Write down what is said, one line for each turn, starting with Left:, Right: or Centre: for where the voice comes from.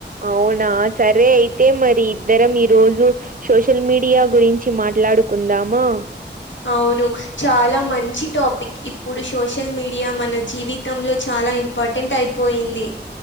Right: అవునా సరే అయితే మరి ఇద్దరం ఈ రోజు సోషల్ మీడియా గురించి మాట్లాడుకుందామా
Left: అవును చాలా మంచి టాపిక్ ఇప్పుడు సోషల్ మీడియా మన జీవితంలో చాలా ఇమ్ పటెంట్ అయిపోయింది